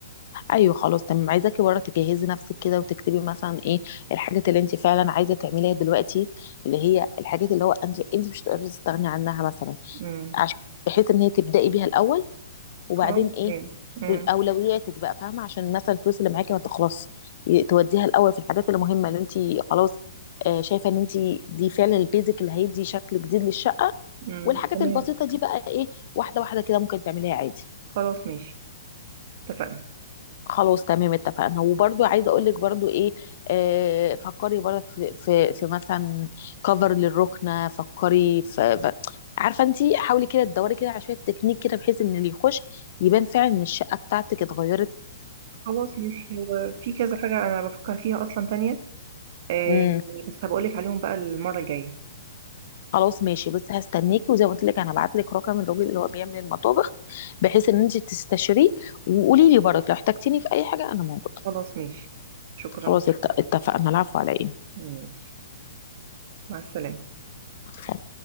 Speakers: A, on the left; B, on the right.
A: ايوه خلاص تمام عايزاكي بره تجهزي نفسك كده وتكتبي مثلا ايه الحاجات اللي انت فعلا عايزه تعمليها دلوقتي اللي هي الحاجات اللي هو انت انت مش هتقدري تستغني عنها مثلا
B: امم
A: عشان بحيث ان هي تبداي بيها الاول وبعدين
B: خلاص
A: ايه
B: تمام امم
A: اولوياتك بقى فاهمه عشان مثلا الفلوس اللي معاكي ما تخلص توديها الاول في الحاجات اللي مهمه اللي انت خلاص آه، شايفه ان انت دي فعلا البيزك اللي هيدي شكل جديد للشقه
B: أمم،
A: والحاجات
B: تمام
A: البسيطه دي بقى ايه واحده واحده كده ممكن تعمليها عادي
B: خلاص ماشي اتفقنا
A: خلاص تمام اتفقنا وبرضو عايزه اقول لك برضو ايه آه فكري برضك في في, في مثلا كفر للركنه فكري في, في عارفه انت حاولي كده تدوري كده على شويه تكنيك كده بحيث ان اللي يخش يبان فعلا ان الشقه بتاعتك اتغيرت
B: خلاص مش في كذا حاجة أنا بفكر فيها أصلا تانية آه،
A: امم
B: يعني بس هبقولك عليهم بقى المرة الجاية
A: خلاص ماشي بس هستناكي وزي ما قلت لك انا هبعت لك رقم الراجل اللي هو بيعمل المطابخ بحيث ان انت تستشيريه وقولي لي برضك لو احتجتيني في اي حاجه انا موجوده
B: خلاص ماشي شكرا
A: خلاص ات- اتفقنا العفو على
B: ماشي مع السلامة
A: ايه